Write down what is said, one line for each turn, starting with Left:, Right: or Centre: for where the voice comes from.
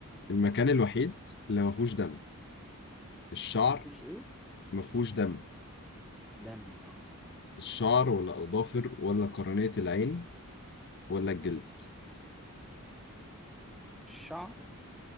Left: المكان الوحيد اللي ما فيهوش دم الشعر
Centre: ما فيهوش ايه
Left: ما فيهوش دم
Centre: دم اه
Left: الشعر ولا اظافر ولا قرنية العين ولا الجلد
Centre: الشعر